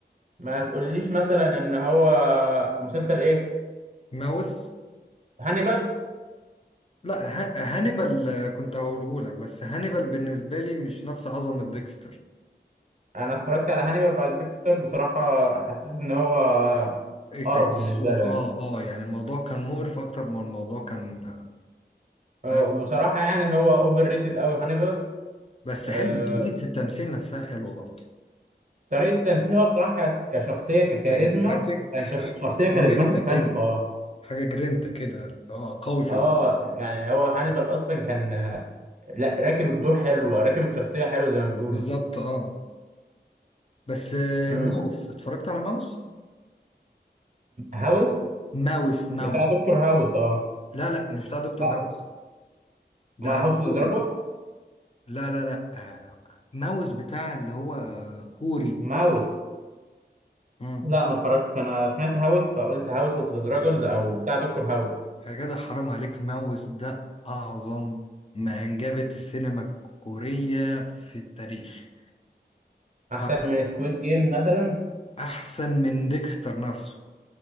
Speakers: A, on the right; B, on the left.
A: ما تقوليش مثلا ان هو مسلسل ايه
B: ماوس
A: هانيبال
B: لا ه- هانيبال آه، كنت هقوله لك بس هانيبال بالنسبه لي مش نفس عظمه ديكستر
A: انا اتفرجت على هانيبال بعد ديكستر بصراحه حسيت ان هو قرف
B: تحسه
A: بالنسبه له
B: اه
A: يعني
B: اه يعني الموضوع كان مقرف اكتر ما الموضوع كان
A: آه،
B: آه،
A: وبصراحه يعني هو اوفر ريتد قوي هانيبال
B: بس
A: آه،
B: حلو طريقه التمثيل نفسها حلوه برضه
A: طريقه التمثيل هو بصراحه ك- كشخصيه ككاريزما
B: كاريزماتيك
A: كان شخ- شخصيه
B: جرينتا
A: كاريزماتيك
B: كده
A: فشخ اه
B: حاجه جرينتا كده اه قوي في
A: اه
B: ال...
A: يعني هو هانيبال اصلا كان آه، لا راكب الدور حلوه راكب الشخصيه حلوه زي ما بيقولوا
B: بالظبط اه بس آه،
A: مم.
B: ماوس اتفرجت على ماوس
A: هاوس
B: ماوس ماوس
A: بتاع دكتور هاوس اه
B: لا لا مش بتاع دكتور
A: لا،
B: هاوس ده
A: ما هاوس
B: كوري
A: اوف ذا
B: لا لا لا آه، ماوس بتاع اللي هو كوري
A: دراجون
B: امم
A: لا ما اتفرجتش انا سمعت هاوس فقلت هاوس اوف ذا دراجونز
B: آه،
A: او بتاع دكتور هاوس
B: يا جدع حرام عليك ماوس ده أعظم ما أنجبت السينما الكورية في التاريخ
A: احسن
B: أر-
A: من سكويد جيم مثلا
B: أحسن من ديكستر نفسه